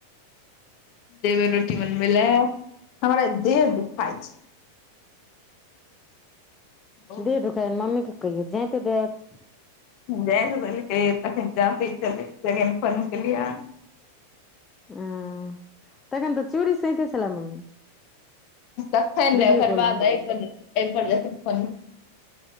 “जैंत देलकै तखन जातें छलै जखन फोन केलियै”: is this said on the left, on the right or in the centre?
Left